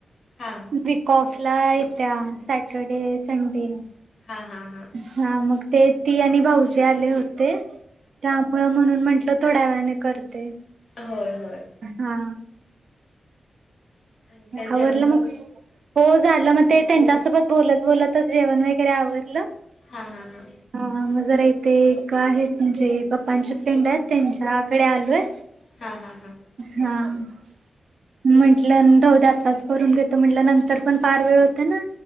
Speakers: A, on the left (about 65°); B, on the right (about 70°).
A: हा
B: वीक ऑफला येत्या सॅटरडे संडे.
A: हा हा हा
B: हा मग ते ती आणि भाऊजी आले होते त्या मु म्हणून म्हंटलं थोड्या वेळाने करते.
A: होय होय.
B: हा
A: आणि काय जेवण
B: आवरडलं
A: झालं
B: मग, हो झालं मग ते त्यांच्यासोबत बोलत बोलतच जेवण वगैरे आवरलं.
A: हा हा हा
B: हा मग जरा इथे एक आहेत म्हणजे पप्पांचे फ्रेंड आहेत त्यांच्याकडे आलोय.
A: हा हा हा
B: हा म म्हट राह द्या आत्ताच करून घेतो म्हटलं नंतर पण फार वेळ होते ना.